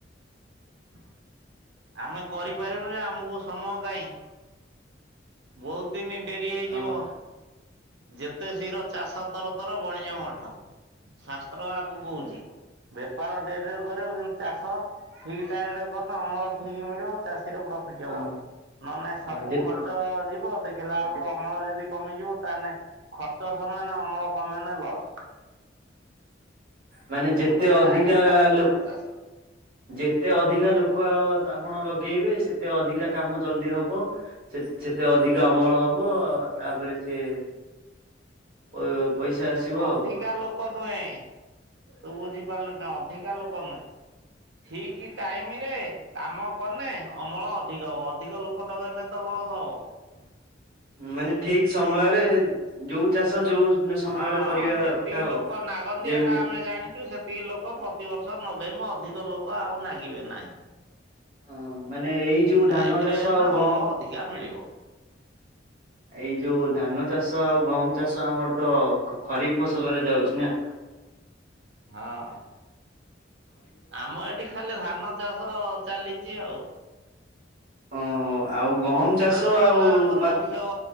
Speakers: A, on the right; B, on the right.
A: <unintelligible> ଆମେ କରିପାରିବୁ ଯେ ଆମକୁ ସମୟ କାହିଁ? ବହୁତ ଦିନ ଡେରି ହେଇଯିବ।
B: ଅଁ
A: ଯେତେ ଶୀଘ୍ର ଚାଷ ତର ତର ବଣିଜ ମଠ। ଶାସ୍ତ୍ର ଆକୁ କହୁଛି ବେପାର ଡେରିରେ କରିବ କିନ୍ତୁ ଚାଷ ଠିକ୍ ଟାଇମ୍ ରେ କରିବ ଅମଳ ଠିକ୍ ମିଳିବ ଚାଷୀର ପ୍ରଫିଟ୍। ନ
B: ଅଁ
A: ହେଲେ ସବୁ
B: ହଁ ଯେ
A: ଖର୍ଚ୍ଚ ଯିବ ଦେଖିଲା ବେଳକୁ ଅମଳ ଯଦି କମିଯିବ ତାହେଲେ ଖର୍ଚ୍ଚ ସମାନେ ଅମଳ କମିବ ନା ଲସ।
B: ମାନେ ଯେତେ
A: ତେଣୁ କରି
B: ଅଧିକା
A: ଟାଇମ୍ ରେ କରାଯିବ
B: ଲୋ
A: ଚାଷ।
B: ଯେତେ ଅଧିକା ଲୋକ ଆପଣ ଲଗେଇବେ ସେତେ ଅଧିକା କାମ ଜଲଦି ହବ। ସେ ସେତେ ଅଧିକା ଅମଳ ହବ, ତାପରେ ସେ ପ ପଇସା
A: ଅଧିକା
B: ଆଉ।
A: ଲୋକ ନୁହେଁ ତୁ ବୁଝିପାରିଲୁ ନା ଅଧିକା ଲୋକ ନୁହେଁ। ଠିକ ଟାଇମରେ କାମ କନେ ଅମଳ ଅଧିକ ହେବ ଅଧିକ ଲୋକ ଦରକାର ନାହିଁ ତ। ଲସ ହେଵ।
B: ମାନେ ଠିକ ସମୟରେ ଯୋଉ ଚାଷ ଯୋଉ ସମୟରେ
A: ହଁ
B: କରିବା
A: ଯେତିକି
B: କଥା ଆଉ।
A: ଲୋକ ନାଗନ୍ତି
B: ଯେମିତି
A: ହେଟା ଆମେ ଜାଣିଛୁ ସେ ଲୋକ ପ୍ରତିବର୍ଷ ନଗାଇ ମୁୁ ଅଧିକ ଲୋକ ଆଉ ନାଗିବେ ନାହିଁ।
B: ହ ମାନେ ଏଇ ଯୋଉ
A: ଟାଇମରେ
B: ଧାନ ଚାଷ
A: ହେଲେ
B: ଆଉ ଗହମ
A: ଅମଳ ଅଧିକା ମିଳିବ।
B: ଏଇ ଯୋଉ ଧାନ ଚାଷ ଆଉ ଗହମ ଚାଷ ଆମର ତ ଖରିଫ ଫସଲରେ ଯାଉଛି ନା।
A: ହଁ ଆମର ଏଠି ଖାଲି ଧାନ ଚାଷ ଚାଲିଛି ଆଉ।
B: ଓ ଆଉ ଗହମ ଚାଷ
A: ଧାନ ହେଲା
B: ଆଉ
A: ଆମର
B: ବା
A: ମୁଖ୍ୟ